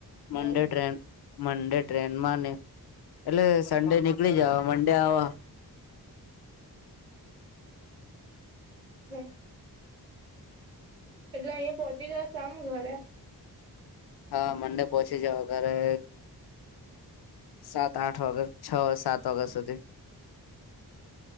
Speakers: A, on the left; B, on the right.
A: મંડે
B: ઘરે
A: ટ્રેન મંડે ટ્રેનમાં ને એટલે સન્ડે નીકળી જવા મંડે આવવા.
B: છે એટલે અહિયાં પહોંચી જશે આમ ઘરે.
A: હા મંડે પહોંચી જઓ ઘરે સાત આઠ ઓગસ્ટ છ સાત ઓગસ્ટ સુધી.